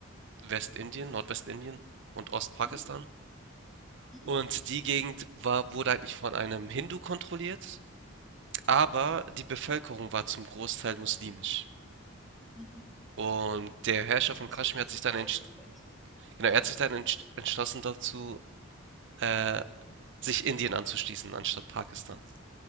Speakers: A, on the right; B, in the centre.
A: Westindien, Nordwestindien und Ostpakistan.
B: Mhm. Mhm.
A: Und die Gegend war, wurde eigentlich von einem Hindu kontrolliert, aber die Bevölkerung war zum Großteil muslimisch.
B: Mhm.
A: Und der Herrscher von
B: Ach
A: Kaschmir
B: so,
A: hat
B: so
A: sich dann
B: beides
A: entschieden,
B: eigentlich.
A: Genau,
B: Ja.
A: er hat sich dann entsch- entschlossen dazu, äh, sich Indien anzuschließen, anstatt Pakistan.